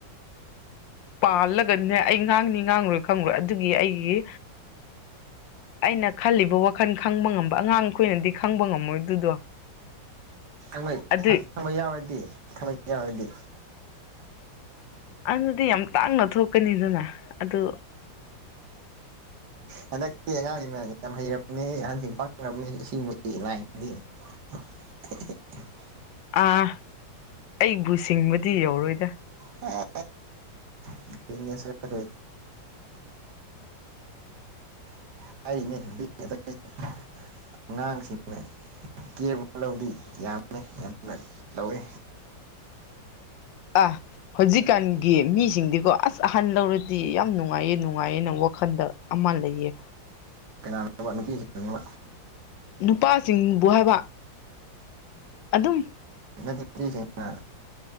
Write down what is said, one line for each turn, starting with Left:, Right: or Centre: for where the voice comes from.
Left: ꯄꯥꯜꯂꯒꯅꯦ ꯑꯩ ꯉꯥꯡꯅꯤ ꯉꯥꯡꯉꯔꯣꯏ ꯈꯪꯉꯣꯏ ꯑꯗꯨꯒꯤ ꯑꯩꯒꯤ ꯑꯩꯅ ꯈꯜꯂꯤꯕ ꯋꯥꯈꯜ ꯈꯪꯕ ꯉꯝꯕ ꯑꯉꯥꯡꯈꯣꯏꯅꯗꯤ ꯈꯪꯕ ꯉꯝꯃꯣꯏ ꯑꯗꯨꯗꯣ
Right: ꯈꯪ
Left: ꯑꯗꯨ
Right: ꯈꯪꯕ ꯌꯥꯎꯔꯗꯤ ꯈꯪꯕ <unintelligible> ꯌꯥꯎꯔꯗꯤ
Left: ꯑꯗꯨꯗꯤ ꯌꯥꯝ ꯇꯥꯡꯅ ꯊꯣꯛꯀꯅꯤꯗꯅ ꯑꯗꯨ
Right: ꯍꯟꯇꯛꯇꯤ ꯑꯉꯥꯡꯁꯤꯡꯅ ꯌꯥꯝ ꯍꯩ <unintelligible> ꯑꯍꯟꯁꯤꯡ ꯄꯥꯡꯅꯔꯕꯅꯦ ꯁꯤꯒꯨꯝꯕꯒꯤ ꯂꯥꯏꯟꯗꯤ <unintelligible>
Left: ꯑꯥ ꯑꯩꯕꯨ ꯁꯤꯡꯕꯗꯤ ꯌꯧꯔꯣꯏ ꯗꯥ
Right: ꯑ <unintelligible> ꯅꯦꯁꯦ ꯑ <unintelligible> ꯑꯩꯅꯦ <unintelligible> <unintelligible> ꯑꯉꯥꯡꯁꯤꯡꯅ ꯀꯦꯕ <unintelligible> ꯂꯧꯗꯤ ꯌꯥꯝꯃꯦ ꯌꯥꯝꯅ ꯂꯧꯋꯦ
Left: ꯑ ꯍꯧꯖꯤꯛꯀꯥꯟꯒꯤ ꯃꯤꯁꯤꯡꯗꯤꯀꯣ ꯑꯁ ꯑꯍꯟ ꯂꯧꯔꯗꯤ ꯌꯥꯝ ꯅꯨꯡꯉꯥꯏꯌꯦ ꯅꯨꯡꯉꯥꯏꯌꯦꯅ ꯋꯥꯈꯜꯗ ꯑꯃ ꯂꯩꯌꯦ
Right: ꯀꯅꯥꯅ‌ꯣꯕ ꯅꯨꯄꯤꯁꯤꯡꯂ‌ꯣꯕ
Left: ꯅꯨꯄꯥꯁꯤꯡꯕꯨ ꯍꯥꯏꯕ ꯑꯗꯨꯝ
Right: ꯅꯨꯄꯤꯁꯤꯡꯅ ꯅ <unintelligible> ꯁꯤꯡꯅ